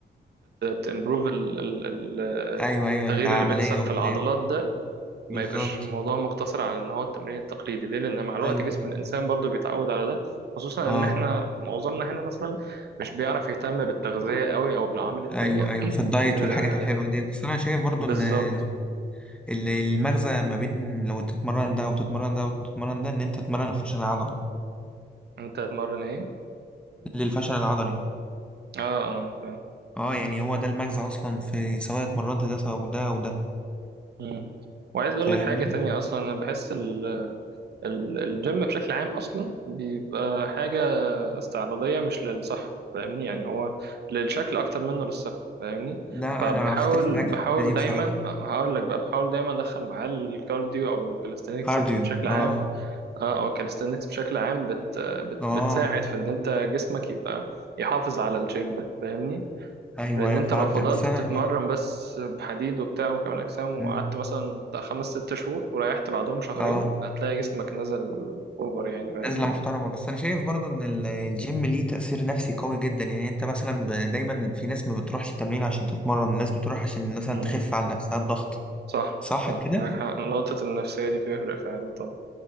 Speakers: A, on the right; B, in the centre.
A: تمبروف التغيير
B: ايوه ايوه العمليه
A: اللي بيحصل
B: وبتاع
A: في العضلات ده ما
B: بالظبط
A: يبقاش الموضوع مقتصر على إن هو التمرين التقليدي ليه؟ لأن مع الوقت
B: ايوه
A: جسم
B: ايوه
A: الإنسان برضه بيتعود على ده خصوصا
B: اه
A: إن إحنا معظمنا هنا مثلا مش بيعرف يهتم بالتغذية قوي أو بالعوامل التانية
B: ايوه ايوه في الدايت
A: <clears throat> آه،
B: والحاجات الحلوه دي بس انا شايف برضو
A: بالظبط
B: ان ال- ال- المغزى ما بين لو تتمرن ده وتتمرن ده وتتمرن ده ان انت تتمرن الفشل العضلي
A: انت هتمرن ايه
B: للفشل العضلي
A: اه اه فاهم
B: اه يعني هو ده المغزى اصلا في سواء اتمرنت ده او ده او ده
A: مم. وعايز اقول
B: فاهمني
A: لك حاجه تانية اصلا انا بحس ال- ال- الجيم بشكل عام اصلا بيبقى حاجه استعراضيه مش للصحه فاهمني يعني هو للشكل اكتر منه للصحه فاهمني
B: لا
A: فبحاول
B: انا بختلف معاك
A: بحاول
B: في الحته دي
A: دايما
B: بصراحه
A: هقول لك بقى بحاول دايما ادخل معاه الكارديو او الكاليستينكس
B: كارديو
A: بشكل عام
B: اه
A: اه او الكاليستينكس بشكل عام بت بت
B: اه
A: بتساعد في ان انت جسمك يبقى يحافظ على الشيب ده فاهمني
B: ايوه
A: لان
B: ايوه
A: انت
B: فهمتك
A: لو فضلت
B: بس انا
A: بتتمرن بس بحديد وبتاع وكمال اجسام
B: مم.
A: وقعدت مثلا بتاع خمس ست شهور وريحت بعدهم شهرين
B: اه
A: هتلاقي جسمك نزل اوفر يعني فاهمني
B: نزلة محترمة بس أنا شايف برضو إن ال- الجيم ليه تأثير نفسي قوي جدا يعني أنت مثلا ب- دايما في ناس ما بتروحش التمرين عشان تتمرن الناس بتروح عشان مثلا
A: امم
B: تخف على نفسها الضغط
A: صح
B: صح
A: صح
B: كده؟
A: معاك حق نقطة النفسية دي بيفرق فعلا طبعا